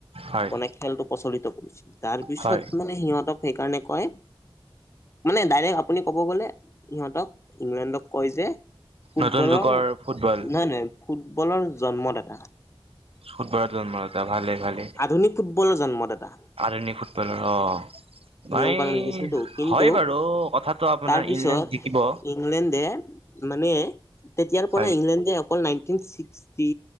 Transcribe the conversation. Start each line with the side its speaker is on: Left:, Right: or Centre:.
Right: হয়
Left: বনাই- খেলটো প্ৰচলিত কৰিছিল তাৰ পিছত
Right: হয়
Left: মানে সিহঁতক সেইকাৰণে কয় - মানে ডাইৰেক্ট আপুনি কব গলে সিহঁতক ইংলেণ্ডক কয় যে, ফুটবলৰ
Right: নতুন যুগৰ
Left: নহয়
Right: ফুটবল
Left: নহয় ফুটবলৰ জন্মদাতা।
Right: ফুটবলত জন্মদাতা ভালে ভালে
Left: আধুনিক ফুটবলৰ জন্মদাতা।
Right: আধুনিক ফুটবলৰ অঁ।
Left: নিয়ম
Right: মাই
Left: কানুন লিখিছিলতো কিন্তু
Right: হয় বাৰু কথাটো আপোনাৰ
Left: তাৰপিছত
Right: ইংলেণ্ড জিকিব।
Left: ইংলেণ্ডে মানে তেতিয়াৰ পৰা
Right: হয়
Left: ইংলেণ্ডে অকল নাইনটিন ছিক্স- টি